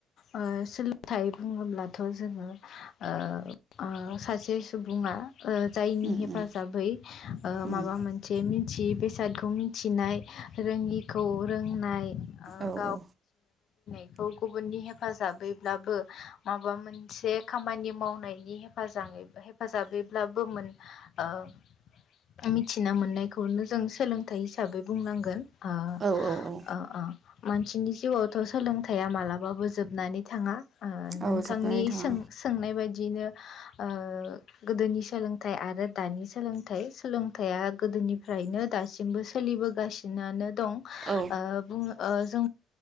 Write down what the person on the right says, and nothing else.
उम
उम
उम
औ
औ
औ औ औ
औ
जोबनानै थाङा
औ